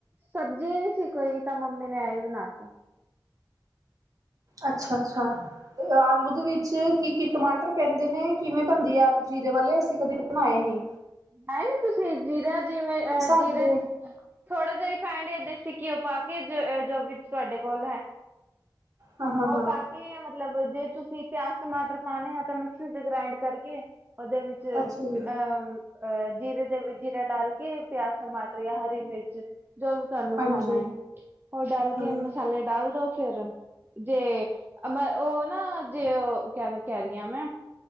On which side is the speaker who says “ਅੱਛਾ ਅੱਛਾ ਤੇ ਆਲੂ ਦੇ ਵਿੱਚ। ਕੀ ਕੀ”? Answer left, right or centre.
Right